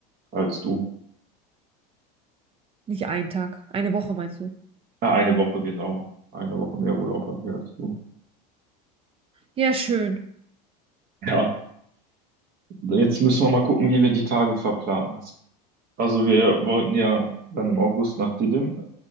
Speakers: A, on the right; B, on the right.
A: als du.
B: nicht einen Tag. Eine Woche meinst du?
A: Äh, eine Woche, genau. Eine Woche mehr Urlaub habe ich als du.
B: Ja, schön.
A: Ja, jetzt müssen wir mal gucken, wie wir die Tage verplanen. Also wir wollten ja dann im August nach Didim.